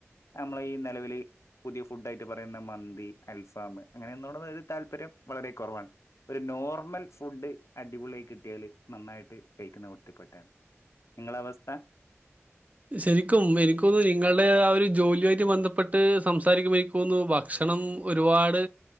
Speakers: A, on the left; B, on the right.
A: നമ്മള ഈ നിലവില്... പുതിയ ഫുഡ് ആയിട്ട് പറയുന്ന മന്തി, അൽഫാം, അങ്ങനെള്ളതിനോട് താൽപര്യം വളരെ കുറവാണ് ഒരു നോർമൽ ഫുഡ് അടിപൊളി ആയി കിട്ടിയാല് നന്നായിട്ട് കഴിക്കുന്ന കൂ...... ട്ടത്തിൽ പെട്ടതാണ്. നിങ്ങള അവസ്ഥ,
B: ശരിക്കും എനിക്ക് തോന്നുന്നു, നിങ്ങള് ആ ഒരു ജോലിയുആയിട്ട് ബന്ധപ്പെട്ട് സംസാരിക്കുമ്പോ എനിക്ക് തോന്നുന്നു..... ഭക്ഷണം ഒരുപാട്.......